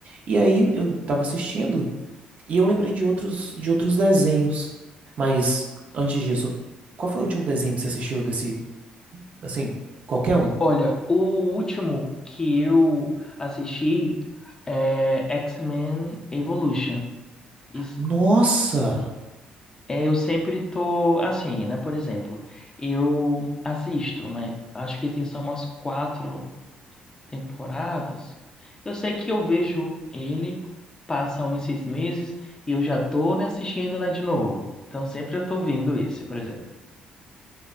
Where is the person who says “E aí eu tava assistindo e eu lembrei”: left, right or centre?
Right